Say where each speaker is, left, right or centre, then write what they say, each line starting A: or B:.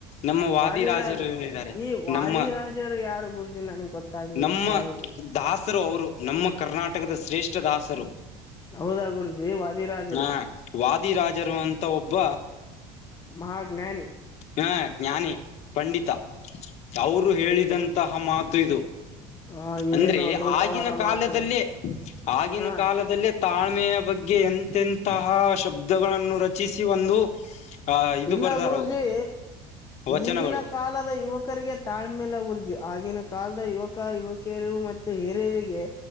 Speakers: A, on the left (about 50°); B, on the left (about 25°).
A: ನಮ್ಮ ವಾದಿರಾಜರು
B: ವಾದಿ ರಾಜ
A: ಹೇಳಿದ್ದಾರೆ
B: ಈ ವಾದಿ
A: ನಮ್ಮ
B: ರಾಜರು ಯಾರ ಗುರುಜಿ ನನ್ಗ್ ಗೊತ್ತಾಗ್ಲಿಲ್ಲ
A: ನಮ್ಮ
B: ಸೋರಿ.
A: ದಾಸರು ಅವರು ನಮ್ಮ ಕರ್ನಾಟಕದ ಶ್ರೇ. ಷ್ಠ ದಾಸರು
B: ಹೌದಾ ಗುರುಜಿ ವಾದಿರಾಜರು
A: ಹಾ. ಆದಿ ರಾಜರು ಅಂತ ಒಬ್ಬ.
B: ಮಹ ಜ್ಞಾನಿ.
A: ಹಾ ಜ್ಞಾನಿ. ಪಂಡಿತ ಅವರು ಹೇಳಿದಂತಹ
B: ಹೌದು
A: ಮಾತು ಇದು.
B: ಹ
A: ಅಂದ್ರೆ
B: ಏನು ಅದ್ಭುತವಾದ
A: ಆಗಿನ ಕಾಲದಲ್ಲೇ
B: ಮಾತು
A: ಆಗಿನ
B: ಹ
A: ಕಾಲದಲ್ಲೇ ತಾಳ್ಮೆಯ ಬಗ್ಗೆ. ಎಂತೆಂತಹ ಶಬ್ದಗಳನ್ನು ರಚಿಸಿ ಒಂದು ಆ ಇದು
B: ಇಲ್ಲ
A: ಬರ್ದಾರ
B: ಗುರ್ಜಿ
A: ಅವರು. ವಚನಗಳು
B: ಈಗಿನ ಕಾಲದ ಯುವಕರಿಗೆ ತಾಳ್ಮೆ ಇಲ್ಲ ಗುರೂಜಿ. ಆಗಿನ ಕಾಲದ ಯುವಕ ಯುವಕಿಯರು ಮತ್ತು ಹಿರಿಯರಿಗೆ